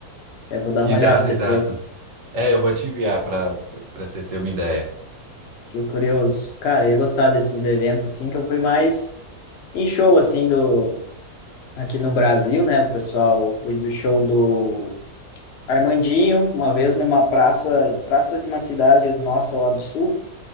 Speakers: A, on the left (about 55°); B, on the right (about 60°).
A: Eu vou dar
B: Exato,
A: uma olhada depois.
B: exato. É, eu vou te enviar para para você ter uma ideia.
A: Fiquei curioso. Cara, eu ia gostar desses eventos, assim, que eu fui mais em show, assim, do... Aqui no Brasil, né? O pessoal, eu fui do show do Armandinho, uma vez numa praça, praça de uma cidade nossa lá do sul,